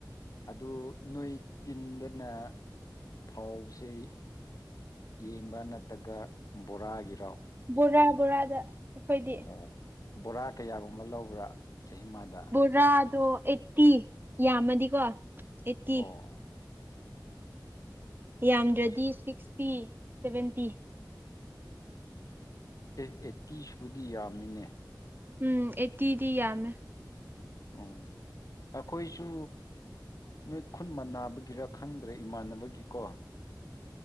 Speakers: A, on the left (about 50°); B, on the right (about 25°).
A: ꯑꯗꯨ ꯅꯣꯏ ꯇꯤꯟꯗꯅ ꯐꯧꯁꯦ ꯌꯦꯡꯕ ꯅꯠꯇꯒ ꯕꯣꯔꯥꯒꯤꯔꯣ
B: ꯕꯣꯔꯥ ꯕꯣꯔꯥꯗ ꯑꯩꯈꯣꯏꯗꯤ
A: ꯑꯣ ꯕꯣꯔꯥ ꯀꯌꯥꯒꯨꯝꯕ ꯂꯧꯕ꯭ꯔꯥ ꯆꯍꯤꯃꯗ
B: ꯇꯔꯥꯗꯣ ꯑꯩꯠꯇꯤ ꯌꯥꯝꯃꯗꯤꯀꯣ ꯑꯩꯠꯇꯤ
A: ꯑꯣ
B: ꯌꯥꯝꯗ꯭ꯔꯗꯤ
A: ꯑꯁ
B: ꯁꯤꯛꯁꯇꯤ ꯁꯕꯦꯟꯇꯤ
A: ꯑꯦ ꯑꯦ ꯇꯤ ꯁꯨꯗꯤ ꯌꯥꯝꯃꯤꯅꯦ
B: ꯎꯝ ꯑꯦꯠꯇꯤꯗꯤ ꯌꯥꯝꯃꯦ
A: ꯑꯣ ꯑꯩꯈꯣꯏꯁꯨ ꯅꯣꯏ ꯈꯨꯟ ꯃ ꯅꯥꯕꯒꯤꯔ ꯈꯪꯗ꯭ꯔꯦ ꯏꯃꯥꯟꯅꯕꯒꯤꯀꯣ